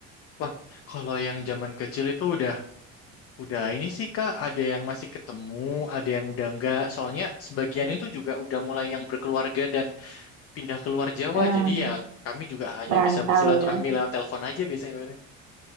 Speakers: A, on the left (about 45°); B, on the right (about 80°).
A: Wah, kalau yang zaman kecil itu udah Udah ini sih Kak, ada yang masih ketemu, ada yang udah enggak. Soalnya sebagian itu juga udah mulai yang berkeluarga dan pindah keluar Jawa.
B: Hmm,
A: Jadi ya kami juga hanya
B: merantau
A: bisa bersilaturahmi
B: ya.
A: lewat telepon aja biasanya.